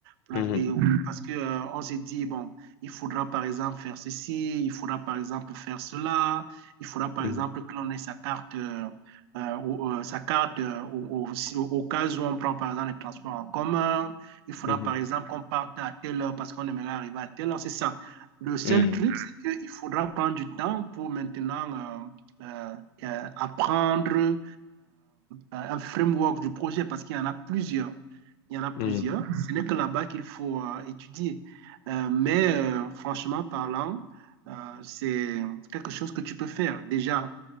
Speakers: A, on the right; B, on the left.
A: Pour
B: Mhm.
A: la- et- Parce que euh, on se dit, bon, il faudra par exemple faire ceci, il faudra par exemple faire cela, il faudra par
B: Mhm.
A: exemple que l'on ait sa carte. euh, euh, ou, euh, sa carte euh, au, au- si- au cas où on prend par exemple les transports en commun. Il faudra
B: Mhm.
A: par exemple qu'on parte à telle heure parce qu'on aimerait arriver à telle heure. C'est ça. Le seul
B: Mhm.
A: truc, c'est qu'il faudra prendre du temps pour maintenant euh, euh, euh, apprendre euh, un framework du projet parce qu'il y en a plusieurs. Il y en a plusieurs.
B: Mhm.
A: Ce n'est que là-bas qu'il faut euh, étudier. Euh, mais euh, franchement parlant, euh, c'est quelque chose que tu peux faire déjà